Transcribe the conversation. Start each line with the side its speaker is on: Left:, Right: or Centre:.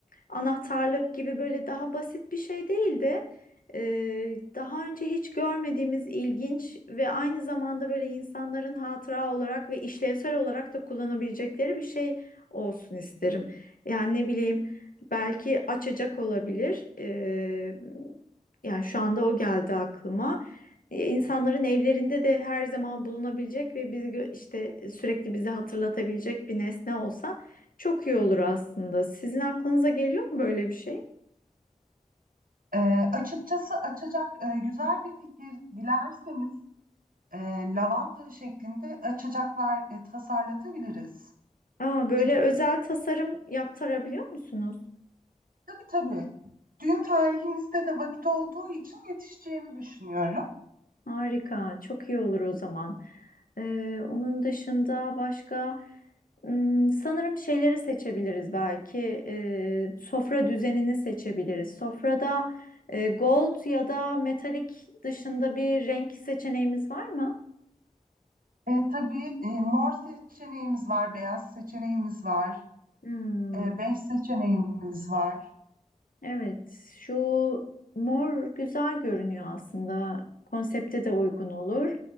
Left: anahtarlık gibi böyle daha basit bir şey değildi. Ee, daha önce hiç görmediğimiz ilginç ve aynı zamanda böyle insanların hatıra olarak ve işlevsel olarak da kullanabilecekleri bir şey olsun isterim. Yani ne bileyim belki açacak olabilir. Ee, yani şu anda o geldi aklıma. Ee, İnsanların evlerinde de her zaman bulunabilecek ve biz gö- işte sürekli bizi hatırlatabilecek bir nesne olsa çok iyi olur aslında. Sizin aklınıza geliyor mu böyle bir şey?
Right: Ee, açıkçası açacak e, güzel bir fikir dilerseniz e, lavanta şeklinde açacaklar e, tasarlatabiliriz.
Left: Aa, böyle
Right: Ve
Left: özel tasarım yaptırabiliyor musunuz?
Right: Tabii tabii. Düğün tarihinizde de vakit olduğu için yetişeceğini düşünüyorum.
Left: Harika, çok iyi olur o zaman. Ee, onun dışında başka hmm, sanırım şeyleri seçebiliriz belki. Ee, sofra düzenini seçebiliriz. Sofrada e, gold ya da metalik dışında bir renk seçeneğimiz var mı?
Right: E, tabii e, mor seçeneğimiz var, beyaz seçeneğimiz var,
Left: Hmm.
Right: e, bej seçeneğimiz var.
Left: Evet, şu mor güzel görünüyor aslında. Konsepte de uygun olur.